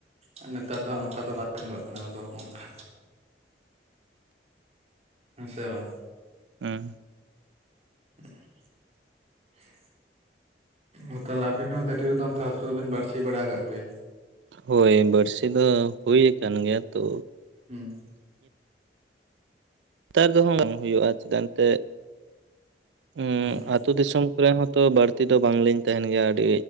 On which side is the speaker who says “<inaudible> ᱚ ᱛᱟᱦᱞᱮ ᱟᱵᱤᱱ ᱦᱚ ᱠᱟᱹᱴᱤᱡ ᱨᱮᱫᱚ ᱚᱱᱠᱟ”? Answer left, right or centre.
Right